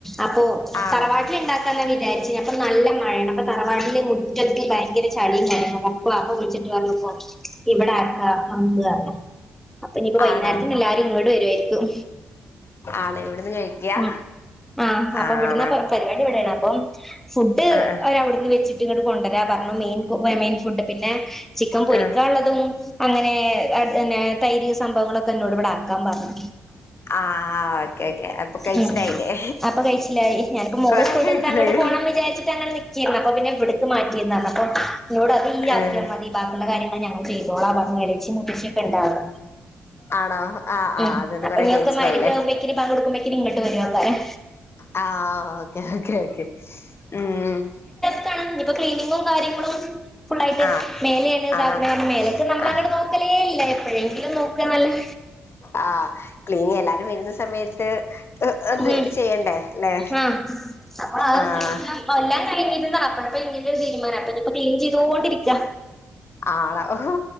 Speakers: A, in the centre; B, on the left.
A: അപ്പോ
B: ആണോ
A: തറവാട്ടിൽ ഉണ്ടാക്കി വിചാരിച്ച അപ്പൊ നല്ല മഴയ അപ്പൊ തറവാട്ടിലെ മു ൽ ഭയങ്കര ചളിയും കാര്യങ്ങളും അപ്പോ വാപ്പ വിളിച്ചിട്ട് പറഞ്ഞു ഇവടെ ആക്ക <unintelligible> ഇല്ല്യാ അപ്പൊ ഇനിപ്പോ വൈന്നേരത്തിന്
B: ആണോ
A: എല്ലാരും ഇങ്ങാട് വെര് ആരിക്കും
B: ആണോ ഇവിടുന്ന് കഴിക്കാ
A: ഉം ആഹ് അപ്പൊ
B: ആണോ
A: ഇവടാന്ന് പരിപാടി ഇവടെയാണ് അപ്പം ഫുഡ്
B: ആഹ്
A: അവര് അവട്ന്ന് വെച്ച് ട്ട് ഇങ്ങട് കൊണ്ട് വെര്യേ മെ മെയിൻ ഫുഡ് പിന്നെ ചിക്കൻ പൊരിക്ക്യാനോ
B: ആഹ്
A: തും അങ്ങനെ അന്നെ തൈര് സംഭവങ്ങളൊക്കെ എന്നോട് ഇവടെ ആക്കാൻ പറഞ്ഞു
B: ആഹ് ആഹ് ഓക്കേ ഓക്കെ അപ്പൊ കയിച്ചിലായില്ലേ
A: ഉം അപ്പൊ കഴിച്ചില്ലായി ഞാനിപ്പോ മോള്
B: കൊറേ
A: സ്കൂളിട്ട്
B: കയിച്ചില്ലായി
A: വന്നിട്ട് അങ്ങോട്ട് പോണം <unintelligible> അപ്പൊ പിന്നെ ഇവട്ക്ക് മാറ്റിര്ന്ന നമ്മക്ക് എന്നോട് അത് ഈ ആക്കിയ
B: ആഹ്
A: മതി ബാക്കിയൊള്ള കാര്യങ്ങള് ഞങ്ങള് ചെയ്തേളാം പറഞ്ഞ് <unintelligible> ഇണ്ടാ <unintelligible>
B: ആണോ ആഹ്
A: ഉം
B: ആഹ് അതുകൊണ്ട്
A: അപ്പൊ
B: കൊറെ
A: നിങ്ങൊക്ക്
B: കഴിച്ചിലായില്ലേ
A: <unintelligible> ഇങ്ങട്ട് വെരുവാക്കാരം
B: ആഹ് ഓക്കേ ഓക്കേ ഓക്കേ ഉം
A: <unintelligible> ഇപ്പം ക്ലീനിങ്ങും കാര്യങ്ങളും ഫുള്ളായിട്ട്
B: ആഹ്
A: മേലോണ്
B: ആഹ്
A: കാരണം മേലക്കെ നമ്മളെ
B: ആഹ്
A: അങ്ങടെ നോക്കലേ ഇല്ല എപ്പോഴെങ്കിലും നോക്കാലും
B: ആഹ് ക്ലീൻ എല്ലാരും വെര്ന്നാ സമയ ത്ത് ഒന്ന്
A: ഉം
B: ചെയ്യണ്ടേ അല്ലേ
A: ആഹ് അപ്പൊ ആ
B: ആഹ്
A: തീരുമാനം എല്ലാം കയിഞ്ഞ് <unintelligible> തീരുമാനം അപ്പൊ ക്ലീൻ ചെയ്തോണ്ടിരിക്ക്യ
B: ആണോ ഓഹ്